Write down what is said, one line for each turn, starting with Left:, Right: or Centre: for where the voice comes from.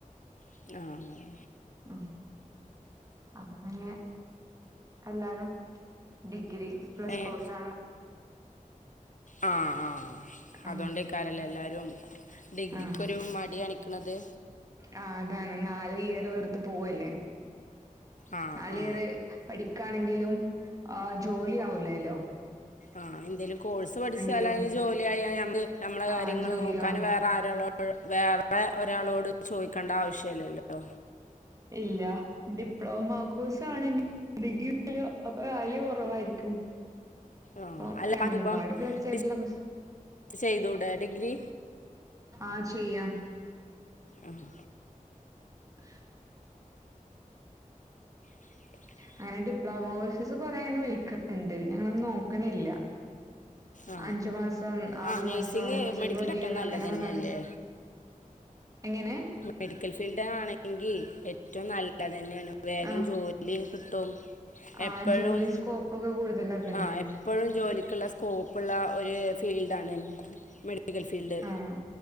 Left: ആഹ്
Right: ആഹ് അപ്പൊ പിന്നെ എല്ലാരും ഡിഗ്രി പ്ലസ്
Left: ഏഹ്
Right: കോഴ്സ് ആണ്
Left: ആഹ ആഹ്
Right: ആഹ്
Left: അതുകൊണ്ട് ഇക്കാരല്ലേ എല്ലാരും ഡിഗ്രക്കൊരു
Right: ആഹ്
Left: മടികാണിക്കണന്നത്
Right: ആഹ് അതാണ് നാല് ഇയർ വെറത്ത് പോവല്ലേ
Left: ആ
Right: നല്
Left: ആ
Right: ഇയർ പഠിക്കാണെങ്കിലും ആഹ് ജോലിആവൂലല്ലോ
Left: ആഹ് എന്തേലും കോഴ്സ് പഠിച്ചാല
Right: വരും
Left: ജോലിയായക്ക് നമ്മളെ കാര്യങ്ങൾ
Right: ആഹ് ജോലിയാവും
Left: നോക്കാൻ വേ ആരാളോ വേറെ ഒരാളോട് ചോദിക്കേണ്ട ആവശ്യല്ലല്ലോ
Right: ഇല്ല ഡിപ്ലോമ കോഴ്സാണെങ്കിൽ ഡിഗ്രി <inaudible> അപ്പൊ വാല്യ കുറവായിരിക്കും
Left: ആഹ്‌
Right: അപ്പം
Left: അല്ലപ്പം
Right: രണ്ടും പാട്
Left: <inaudible>
Right: പ്ലസ് ചെയ്തിട്ടുള്ള കോഴ്സ്
Left: ചെയ്തൂടെ ഡിഗ്രി
Right: ആഹ്‌ ചെയ്യാം
Left: ആഹ്‌
Right: <inaudible>
Left: <inaudible>
Right: അങ്ങനെ ഡിപ്ലോമ കോഴ്സസ് കൊറെ അങ്ങനെ വിളിക്കുന്നുണ്ട് പിന്നെ ഞങ്ങള് നോക്കണില്ല
Left: ആ
Right: അഞ്ചു മാസം ആറു
Left: ആ നേഴ്സിംഗ്
Right: മാസം ചിലപ്പോ
Left: മെഡിക്കൽ
Right: ഒരു
Left: ഏറ്റവും
Right: ഇയർ
Left: നല്ലത്
Right: അങ്ങനെ
Left: തന്നെയല്ലേ
Right: പറഞ്ഞണ്ട് എങ്ങനെ
Left: മെഡിക്കൽ ഫീൽഡ ആണെങ്കിൽ ഏറ്റവും നല്ല തന്നെയാണ് വേഗം
Right: ആഹ്
Left: ജോലി ലൻ കിട്ടും
Right: ആഹ്
Left: എപ്പോഴും
Right: ജോലി സ്കോപ്പ് ഒക്കെ കൂടുതൽ അതന്നെ
Left: ആഹ്‌ എപ്പോഴും ജോലിക്കുള്ള സ്കോപ്പുള്ള ഒരു ഫീൽഡാ ണ് മെഡി മെഡിക്കൽ ഫീൽഡ്
Right: ആഹ്